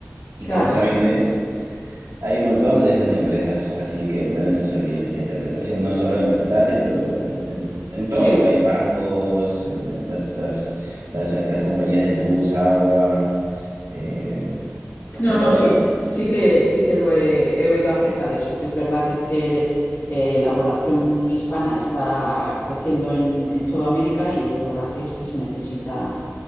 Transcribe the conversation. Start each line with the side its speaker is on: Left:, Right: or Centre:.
Right: y
Left: claro.
Right: que no sabe inglés, hay un montón de esas empresas así que dan esos servicios de interpretación, no solo en hospitales, pero en, en- en todo.
Left: Sí, en,
Right: Hay bancos, eh, las, las, las, eh, las compañías de luz, agua, eh,
Left: No,
Right: de
Left: no,
Right: todo
Left: sí,
Right: hay.
Left: sí que sí que lo he, he oído acerca de eso, que es verdad que, que, eh, la población hispana está creciendo en, en toda América y es verdad que es que se necesita,